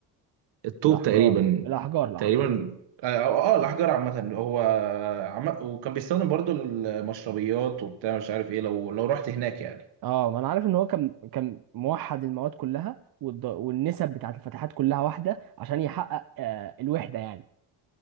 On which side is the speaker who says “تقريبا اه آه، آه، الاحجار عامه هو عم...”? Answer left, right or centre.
Right